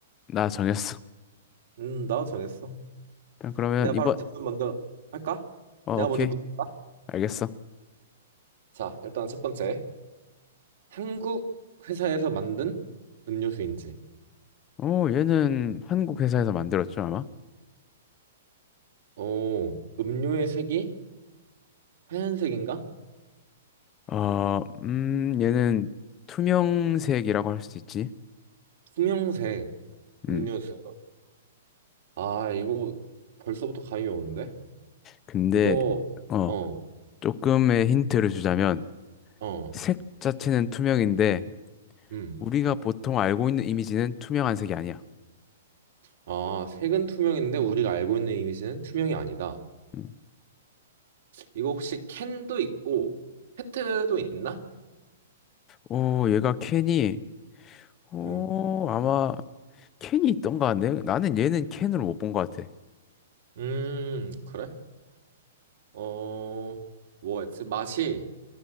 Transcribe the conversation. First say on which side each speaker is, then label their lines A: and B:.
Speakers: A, on the left; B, on the right.
A: 나 정했어.
B: 음, 나도 정했어.
A: 일단 그러면
B: 내가
A: 이번,
B: 바로 질문 먼저 할까?
A: 어,
B: 내가
A: 오케이,
B: 먼저 묻을까?
A: 알겠어.
B: 자, 일단 첫 번째. 한국 회사에서 만든 음료수인지.
A: 오, 얘는 한국 회사에서 만들었죠 아마?
B: 오, 음료의 색이 하얀색인가?
A: 어, 음, 얘는 투명색이라고 할 수 있지.
B: 투명색 음료수.
A: 음,
B: 아, 이거 벌써부터 감이 오는데?
A: 근데
B: 이거
A: 어,
B: 어,
A: 조금의 힌트를 주자면.
B: 어,
A: 색 자체는 투명인데
B: 음.
A: 우리가 보통 알고 있는 이미지는 투명한 색이 아니야.
B: 아, 색은 투명인데 우리가 알고 있는 이미지는 투명이 아니다.
A: 음.
B: 이거 혹시 캔도 있고 페트도 있나?
A: 오, 얘가 캔이 오,
B: 음.
A: 아마 캔이 있던가? 내, 나는 얘는 캔으로 못 본 것 같아.
B: 음, 그래? 어, 뭐였지? 맛이